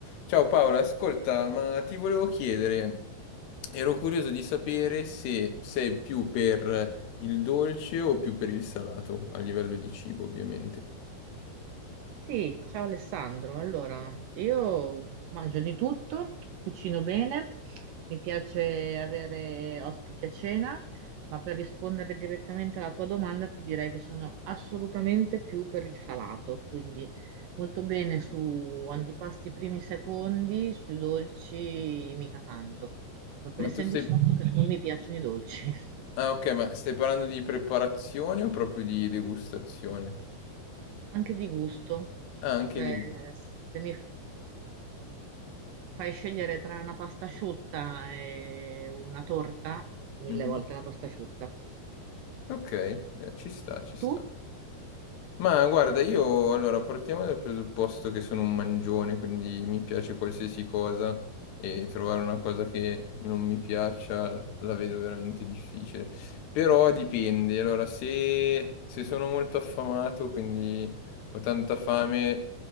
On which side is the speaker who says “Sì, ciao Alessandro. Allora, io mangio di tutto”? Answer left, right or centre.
Right